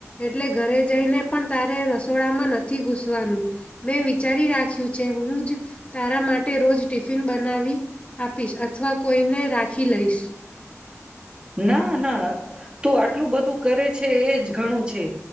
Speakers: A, on the left; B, on the right.
A: એટલે ઘરે જઈને પણ તારે રસોડામાં નથી ઘૂસવાનું મેં વિચારી રાખ્યું છે હું જ તારા માટે રોજ ટિફિન બનાવી આપીશ અથવા કોઈને રાખી લઈશ
B: ના ના તું આટલું બધું કરે છે એ જ ઘણું છે